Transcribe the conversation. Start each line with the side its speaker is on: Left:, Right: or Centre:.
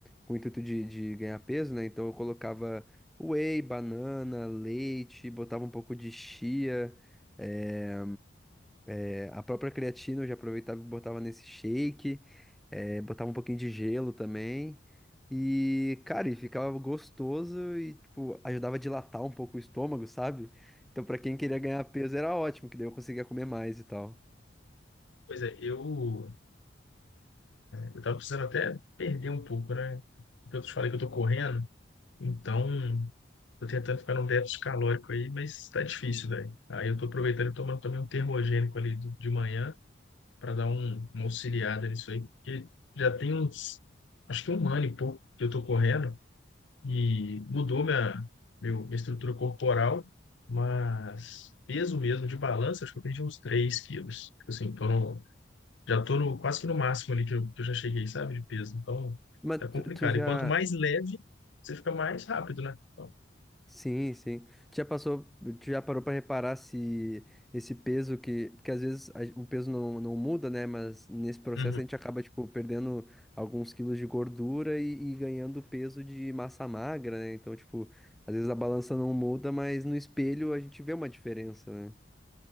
Centre: com o intuito de, de ganhar peso, né? Então eu colocava whey, banana, leite, botava um pouco de chia. eh, é, A própria creatina eu já aproveitava e botava nesse shake, eh, botava um pouquinho de gelo também. E, cara, e ficava gostoso e, tipo, ajudava a dilatar um pouco o estômago, sabe? Então, pra quem queria ganhar peso era ótimo, que daí eu conseguia comer mais e tal.
Left: Pois é, eu, eu tava precisando até perder um pouco, né? Porque eu te falei que eu tô correndo, então tô tentando ficar num déficit calórico aí, mas tá difícil, velho. Aí eu tô aproveitando e tomando também um termogênico ali de, de manhã para dar um, uma auxiliada nisso aí, porque já tem uns, acho que um ano e pouco que eu tô correndo e mudou minha, meu, minha estrutura corporal, mas peso mesmo de balança, acho que eu perdi uns 3 quilos. Tipo Assim, tô no- já tô no, quase que no máximo ali que eu, que eu já cheguei, sabe, de peso. Então,
Centre: Mas
Left: tá complicado.
Centre: tu, tu já,
Left: E quanto mais leve, você fica mais rápido, né? Então,
Centre: Sim, sim. Tu Já passou, tu já parou pra reparar se esse peso que, porque às vezes a- o peso não, não muda, né? Mas nesse processo
Left: Uhum.
Centre: a gente acaba tipo perdendo alguns quilos de gordura e, e ganhando peso de massa magra, né? Então, tipo, às vezes a balança não muda, mas no espelho a gente vê uma diferença, né?